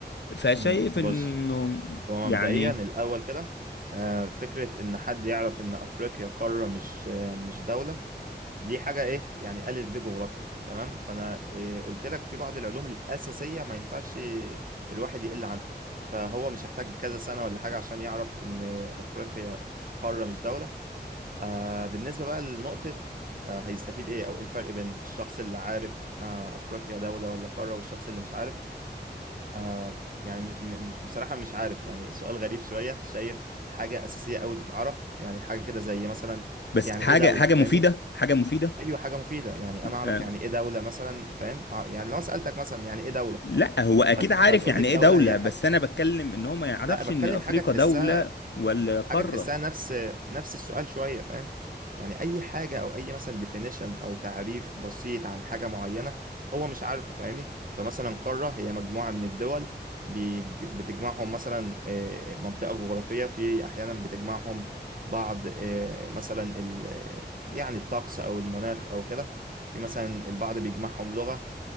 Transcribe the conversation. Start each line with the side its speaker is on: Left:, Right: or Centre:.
Left: فشايف
Right: مم. بص
Left: إنه
Right: هو
Left: يعني
Right: مبدئيا الاول كده آه، فكره ان حد يعرف ان افريقيا قاره مش آه، مش دوله دي حاجة ايه يعني ألف ب جغرافيا تمام فأنا إيه قلت لك في بعض العلوم الأساسية ما ينفعش الواحد يقل عنها فهو مش هيحتاج كذا سنة ولا حاجة عشان يعرف إن أفريقيا قارة مش دولة آه بالنسبة بقى لنقطة آه هيستفيد ايه أو ايه الفرق بين الشخص اللي عارف آه أفريقيا دولة ولا قارة والشخص اللي مش عارف آه، يعني م- م- مش بصراحة مش عارف يعني سؤال غريب شوية شايف حاجة أساسية أوي تتعرف يعني حاجة كده زي مثلا
Left: بس
Right: يعني
Left: حاجة
Right: ايه دولة
Left: حاجة
Right: فاهمني
Left: مفيدة حاجة مفيدة
Right: ايوه حاجه مفيده يعني انا اعرف
Left: آه،
Right: يعني ايه دوله مثلا فاهم أع- يعني لو سالتك مثلا يعني ايه دوله
Left: لا هو أكيد
Right: فهت...
Left: عارف
Right: فهتقول
Left: يعني
Right: لي الدوله
Left: إيه دولة
Right: هي حاجه
Left: بس أنا بتكلم إن هو ما يعرفش
Right: لا بتكلم
Left: إن أفريقيا
Right: حاجه تحسها
Left: دولة ولا قارة
Right: حاجة تحسها نفس نفس السؤال شوية فاهم يعني أي حاجة أو أي مثلا definition أو تعريف بسيط عن حاجة معينة هو مش عارفه فاهمني فمثلا قارة هي مجموعة من الدول بيج- بتجمعهم مثلا آه، منطقة جغرافية في أحيانا بتجمعهم بعض آه، مثلا ال- يعني الطقس أو المناخ أو كده في مثلا البعض بيجمعهم لغة